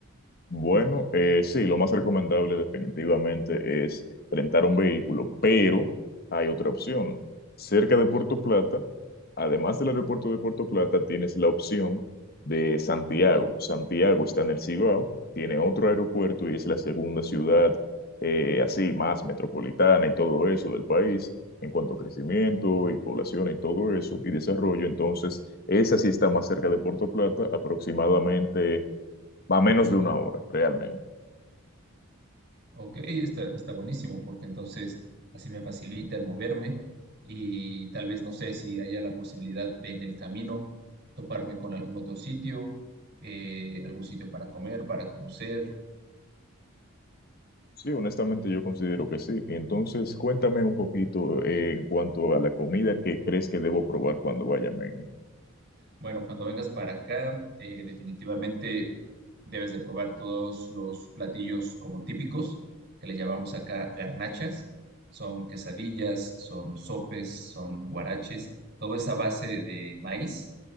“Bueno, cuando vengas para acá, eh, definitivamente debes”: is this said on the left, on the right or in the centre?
Right